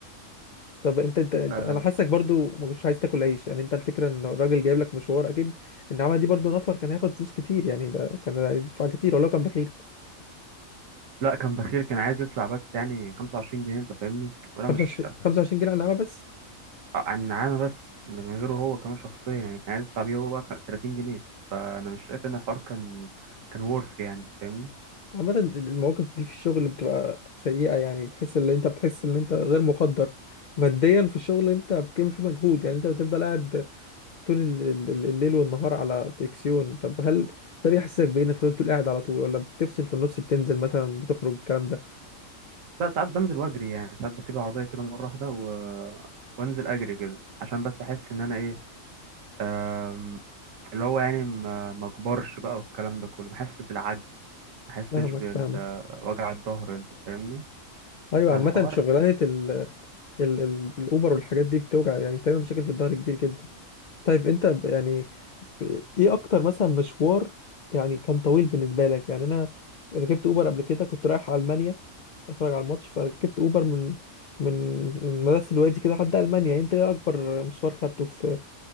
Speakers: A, on the left; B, on the right.
A: طب انت انت, انت
B: أه
A: انا حاسك برضو مش عايز تاكل عيش يعني انت الفكره ان الراجل جايب لك مشوار اكيد النعمه دي برضو نفر كان هياخد فلوس كتير يعني ده كان هيدفع كتير ولو كان بخيل
B: لا كان بخيل كان عايز يدفع بس يعني 25 جنيه أنت فاهمني وأنا
A: 25
B: مش
A: 25 جنيه على النعمه بس
B: عن نعامة بس ده من غيره هو كمان شخصيا يعني كان عايز يدفع بيه هو بقى 30 جنيه فأنا مش شايف إن الحوار كان كان ورث يعني أنت فاهمني
A: عامه المواقف دي في الشغل بتبقى سيئه يعني بتحس ان انت بتحس ان انت غير مقدر ماديا في الشغل انت بتعمل فيه مجهود يعني انت بتفضل قاعد طول ال- ال- ال- الليل والنهار على تلفزيون طب هل ده بيحسسك بانك فضلت قاعد على طول ولا بتفصل في النص بتنزل مثلا بتخرج الكلام ده
B: لا ساعات بنزل وأجري يعني ساعات بسيب العربية كده مرة واحدة و... وانزل اجري كده عشان بس احس ان انا إيه أم، اللي هو يعني ما ما كبرش بقى والكلام ده كله ما حسش بالعجز ما حسش
A: فاهمك
B: بالوجع
A: فاهمك
B: الظهر انت فاهمني
A: ايوه
B: فالحوار
A: عامة شغلانة ال ال ال الاوبر والحاجات دي بتوجع يعني بتعمل مشاكل في الظهر كبير جدا طيب انت ب- يعني ب- ايه اكتر مثلا مشوار يعني كان طويل بالنسبة لك يعني انا ركبت اوبر قبل كده كنت رايح المانيا اتفرج على الماتش فركبت اوبر من من من مدرسة الوادي كده لحد المانيا انت ايه اكبر مشوار خدته في